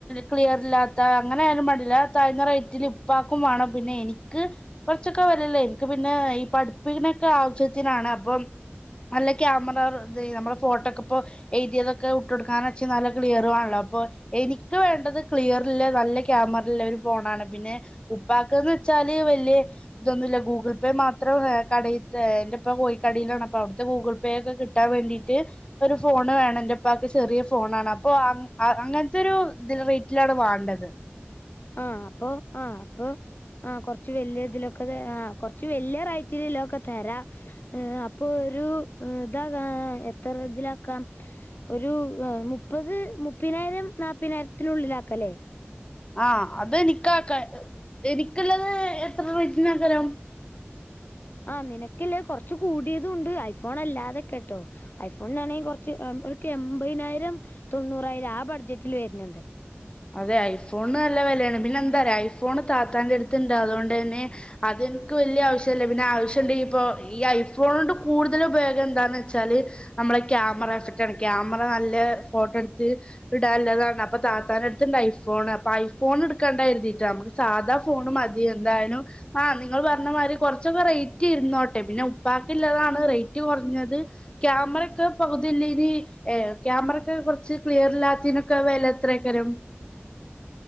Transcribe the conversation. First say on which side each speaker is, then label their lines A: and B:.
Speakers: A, on the left; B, on the left.
A: ക്ലിയർ ഇല്ലാത്ത അങ്ങനെ ആയാലും മാണ്ടില്ല താഴ്ന്ന റേറ്റിൽ ഇപ്പാക്കും വേണം പിന്നെ എനിക്ക് കുറച്ചൊക്കെ വെലള്ളേ ഇൻക്ക് പിന്നെ ഈ പഠിപ്പിൻ്റെക്കെ ആവശ്യത്തിനാണ് അപ്പം അല്ലെ ക്യാമറ ഇത് നമ്മുടെ ഫോട്ടോക്കെ ഇപ്പോ എഴുതിയതൊക്കെ വിട്ടോടുക്കാന് ച്ച് നല്ല ക്ലിയർ വാണല്ലോ? പ്പൊ എനിക്ക് വേണ്ടത് ക്ലിയറൊള്ള നല്ല ക്യാമറള്ളരു ഫോണാണ് പിന്നെ ഉപ്പാക്ന്ന്ച്ചാല് വലിയെ ഇതൊന്നുല്ല. ഗൂഗിൾ പേ മാത്രം കടയിത്തെ എന്റെപ്പ കോയിക്കടയിലാണപ്പ അവിടുത്തെ ഗൂഗിൾ വേഗം കിട്ടാ വേണ്ടീട്ട് ഒരു ഫോണ് വേണം എന്റെപ്പാക്ക് ചെറിയ ഫോണാ ണ്. അപ്പൊ ആ അങ്ങനത്തെരു ഇതില് റേറ്റിലാണ് വാണ്ടത്.
B: ആ അപ്പൊ ആ അപ്പൊ ആ കൊറച്ച് വലിയ ഇതിലൊക്കെ ആ കൊറച്ച് വലിയ റൈറ്റിലിലൊക്കെ തരാം. ഏ അപ്പൊ ഒരുതാകാം എത്ര ഇതിലാക്കാം ഒരു മുപ്പത് മുപ്പയിനായിരം നാപ്പയി നായിരത്തിനുള്ളിലാക്കല്ലേ?
A: ആഹ അത് എനിക്കാക്ക എനിക്ള്ളത് എത്ര റേറ്റിന്നാക്കാരം.
B: ആ നിനക്കില്ലേ കൊറച്കൂടിയതുംണ്ട് ഐഫോണല്ലാതെക്കെട്ടോ ഐഫോണിനാണെങ്കികൊറച്ച് എബൈനായിരം തൊണ്ണൂറായിരം ആ ബഡ്ജറ്റില് വരന്ണ്ട്.
A: അതെ ഐഫോണല്ല വെലാണ് പിന്നെ എന്താറയൊ ഐഫോണ് താത്താന്റെ അടുത്ത്ണ്ട് അതൊടന്നേ അതെനിക്ക് വല്യ ആവശ്യല്ലേ പിന്നെ ആവശ്യണ്ട് ഇപ്പൊ ഈ ഐഫോണ് ണ്ട് കൂടുതലുപയോഗം എന്താന്നാച്ചാല് നമ്മള ക്യാമറഫക്റ്റാണ് ക്യാമറ നല്ല ഫോട്ടോടുത്ത് ഇടാള്ളതാണ്. അപ്പൊ താത്ത ഐഫോണ് അപ്പൊ ഐഫോണ ടുക്കാണ്ടായിരു തിട്ടാ മ്മക്ക് സാധാ ഫോണ് മതി എന്തായാലും ആ നിങ്ങള് പറഞ്ഞ മായിരി കുറച്ചൊക്കെ റേറ്റ് ഇരുന്നോട്ടെ പിന്നെ ഉപ്പാക്ക്ള്ളതാണ് റേറ്റ് കുറഞ്ഞത്. ക്യാമറയ്ക്ക് പകുതില്ലെനി ഏഹ ക്യാമറക്ക്‌ കൊറച്ച് ക്ലിയർ ഇല്ലാത്തി ന് ക്ക്‌ വെലത്രയ്കാരം?